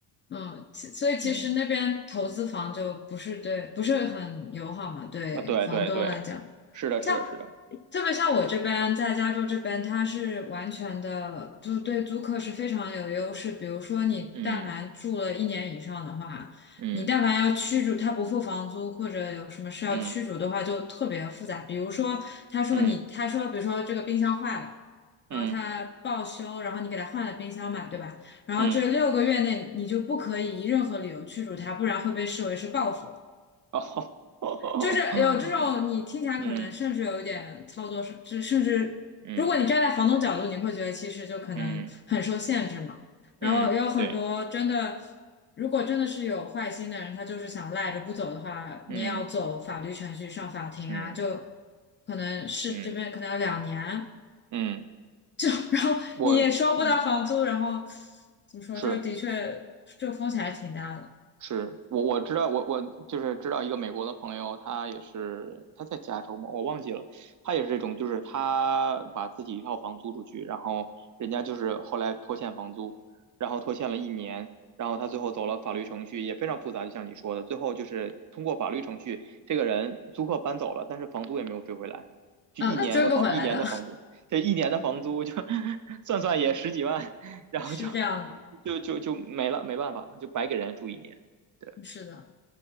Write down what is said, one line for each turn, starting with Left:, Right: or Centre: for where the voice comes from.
Left: 嗯，其所以其实那边投资房就不是对，
Right: 嗯，
Left: 不是很友好嘛，对房东来讲。
Right: 啊，对对对，是的，是的，
Left: 像
Right: 是的，
Left: 特别像我这边在加州这边，它是完全的，就对租客是非常有优势。比如说，你但凡住了一年以上的话，
Right: 嗯嗯
Left: 你但凡要驱逐他不付房租，或者有什么事要驱逐的话，
Right: 嗯
Left: 就特别复杂。比如说，他说你，
Right: 嗯。
Left: 他说，比如说这个冰箱坏了。
Right: 嗯
Left: 然后他报修，然后你给他换了冰箱嘛，对吧？然后这六个月内你就不可以以任何理由驱逐他，
Right: 嗯，
Left: 不然会被视为是报复。
Right: 哦，
Left: 就是有这种你听起来可能甚至有一点操作上，
Right: <laughs> 嗯
Left: 至甚至如果你站在房东角度，
Right: 嗯
Left: 你会觉得其实就可能很受限制嘛。
Right: 嗯
Left: 然后也有很多真的，
Right: 嗯，对，
Left: 如果真的是有坏心的人，他就是想赖着不走的话，
Right: 嗯
Left: 你也要走法律程序上法庭啊，
Right: 嗯
Left: 就可能是这边可能要两年，
Right: 嗯嗯，
Left: 就 <laughs> 然后你也收不到房租，
Right: 我嗯
Left: 然后怎么说，
Right: 是。
Left: 就的确就风险还挺大的。
Right: 是我我知道，我我就是知道一个美国的朋友，他也是他在加州嘛，我忘记了，他也是这种，就是他把自己一套房租出去，然后人家就是后来拖欠房租，然后拖欠了一年，然后他最后走了法律程序，也非常复杂，就像你说的，最后就是通过法律程序，这个人租客搬走了，但是房租也没有追回来，就一年的房一年的房租，
Left: 嗯，那追不回来的，
Right: 这一年的房租就 <laughs> 算算也十几万，
Left: <laughs>
Right: 然后就
Left: 是这样的，
Right: 就就就没了，没办法，就白给人家住一年。对，
Left: 是的。